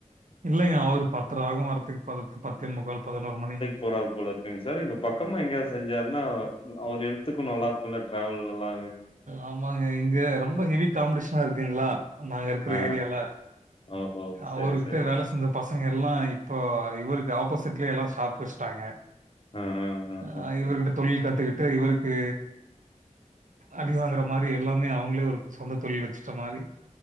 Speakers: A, on the right; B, on the left.
A: இல்லைங்க அவரு பத்தர ஆகு வரத்துக்கு பதத் பத்தே முக்கால் பதினோரு மணி
B: போறார் போல இருக்குங்க சார் இங்க பக்கமா எங்கயாவ்து செஞ்சாருன்னா அவர் ஹெல்த்துக்கு நல்லா இருக்குல்ல ட்ராவல் எல்லா வே
A: ஆமாங்க இங்க ரொம்ப ஹெவி காம்படிஷனா இருக்குங்களா நாங்க இருக்குற
B: ஆ
A: ஏரியால
B: ஆ ஓஹோ சரி
A: அவருகிட்ட
B: சரிங்க
A: வேல செஞ்ச பசங்க எல்லா இப்போ இவருக்கு ஆப்போசிட்லே எல்லா சாப் வச்ட்டாங்க
B: ஆ ஆ ஆ ஓகேங்க
A: அ இவர்கிட்ட தொழில் கத்துக்கிட்டு இவருக்கு அடிவாங்குற மாரி எல்லாமே அவங்களே ஒரு சொந்த தொழில் வச்சுட்ட மாரி